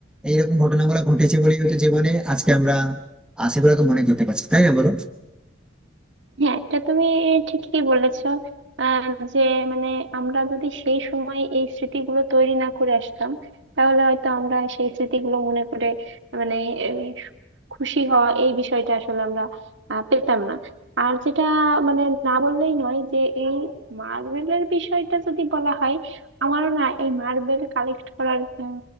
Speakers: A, in the centre; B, on the right.
A: এইরকম ঘটনাগুলো ঘটেছে বলেই হয়তো জীবনে আজকে আমরা আহ, সেগুলো তো মনে করতে পারছি তাই না বলো
B: হ্যাঁ এটা তুমি ঠিকই বলেছো আহ যে মানে আমরা যদি সেই সময় এই স্মৃতিগুলো তৈরি না করে আসতাম তাহলে হয়তো আমরা সেই স্মৃতিগুলো মনে করে মানে এই খুশি হওয়া এই বিষয়টা আসলে আমরা আহ, পেতাম না আর যেটা মানে না বললেই নয় যে এই মার্বেলের বিষয়টা যদি বলা হয় আমারও না এই মার্বেল কালেক্ট করার উম,